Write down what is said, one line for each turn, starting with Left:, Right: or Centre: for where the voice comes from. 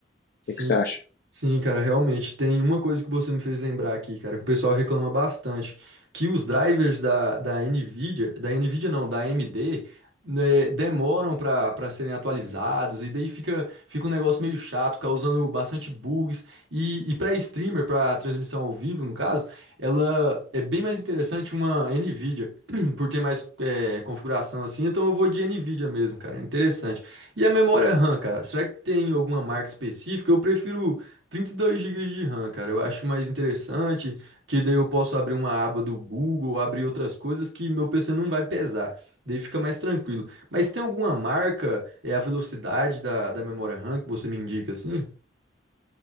Right: Sim,
Left: O que que você acha?
Right: sim, cara, realmente. Tem uma coisa que você me fez lembrar aqui, cara, que o pessoal reclama bastante, que os drivers da, da NVIDIA, da NVIDIA não, da AMD, né, demoram para para serem atualizados, e daí fica, fica um negócio meio chato, causando bastante bugs. E, e para streamer, para transmissão ao vivo, no caso, ela é bem mais interessante uma NVIDIA, <clears throat> por ter mais eh, configuração assim, então eu vou de NVIDIA mesmo, cara. é Interessante. E a memória RAM, cara? Será que tem alguma marca específica? Eu prefiro 32 gigas de RAM, cara. Eu acho mais interessante, que daí eu posso abrir uma aba do Google, abrir outras coisas que meu PC não vai pesar. Daí fica mais tranquilo. Mas tem alguma marca, é a velocidade da, da memória RAM que você me indica, assim?